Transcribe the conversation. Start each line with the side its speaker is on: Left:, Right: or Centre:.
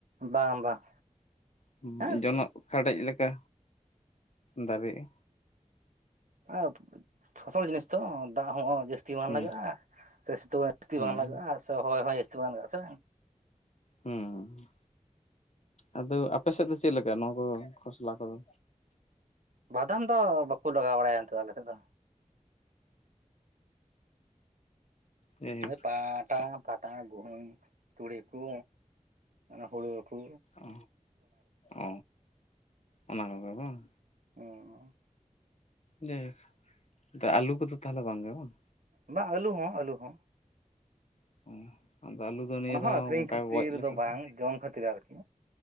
Right: ᱵᱟᱝ ᱵᱟᱝ
Left: <unintelligible>
Right: ᱦᱮᱸ
Left: ᱡᱚᱱᱚᱜ ᱠᱷᱟᱰᱮᱡ ᱞᱮᱠ ᱞᱮᱠᱟ ᱫᱟᱨᱮᱜ-ᱟ
Right: ᱟᱨ ᱯᱷᱚᱥᱚᱞ ᱡᱤᱱᱤᱥ ᱛᱚ ᱫᱟᱜ ᱦᱚᱸ ᱡᱟᱹᱥᱛᱤ <unintelligible> ᱵᱟᱝ
Left: ᱦᱩᱸ
Right: ᱞᱟᱜᱟᱜᱼᱟ ᱥᱮ ᱥᱤᱛᱩᱝ ᱦᱚᱸ ᱡᱟᱹᱥᱛᱤ
Left: ᱦᱩᱸ
Right: ᱵᱟᱝ ᱞᱟᱜᱟᱜᱼᱟ ᱥᱮ ᱦᱚᱭ ᱦᱚᱸ ᱡᱟᱹᱥᱛᱤ ᱵᱟᱝ ᱞᱟᱜᱼᱟ ᱥᱮ
Left: ᱦᱩᱸ ᱟᱫᱚ ᱟᱯᱮ ᱥᱮᱫ ᱫᱚ ᱪᱮᱫ ᱞᱮᱠᱟ ᱱᱚᱣᱟ ᱠᱚ ᱠᱷᱚᱥᱞᱟ ᱠᱚ ᱫᱚ
Right: ᱵᱟᱫᱟᱢ ᱫᱚ ᱵᱟᱠᱚ ᱞᱟᱜᱟᱣ ᱵᱟᱲᱟᱭ-ᱟ ᱱᱤᱛᱚᱜ ᱫᱚ ᱟᱞᱮ ᱥᱮᱫ ᱫᱚ
Left: ᱡᱟᱭᱦᱳᱠ
Right: <unintelligible> ᱯᱟᱴᱟ ᱜᱩᱦᱩᱢ ᱛᱩᱲᱤ ᱠᱩ ᱚᱱᱟ ᱦᱩᱲᱩ ᱠᱩ
Left: ᱚ ᱚ ᱚᱱᱟ ᱠᱚᱜᱮ ᱵᱟᱝ
Right: ᱚ
Left: ᱡᱟᱭ ᱦᱳᱠ ᱟᱞᱩ ᱠᱚ ᱫᱚ ᱛᱟᱦᱚᱞᱮ ᱵᱟᱝ ᱜᱮ ᱵᱟᱝ
Right: ᱵᱟᱝ ᱟᱹᱞᱩ ᱦᱚᱸ ᱟᱹᱞᱩ ᱦᱚᱸ
Left: <inaudible> ᱫᱚ ᱱᱤᱭᱟᱹ
Right: ᱚᱱᱟ
Left: ᱫᱷᱟᱣ
Right: ᱦᱚᱸ ᱟᱠᱷᱨᱤᱧ
Left: ᱚᱱᱠᱟ
Right: ᱠᱷᱟᱹᱛᱤᱨ
Left: ᱜᱚᱡ ᱞᱮᱠᱟ
Right: ᱫᱚ ᱵᱟᱝ
Left: ᱠᱚ
Right: ᱡᱚᱢ ᱠᱷᱟᱹᱛᱤᱨ ᱟᱨ ᱠᱤ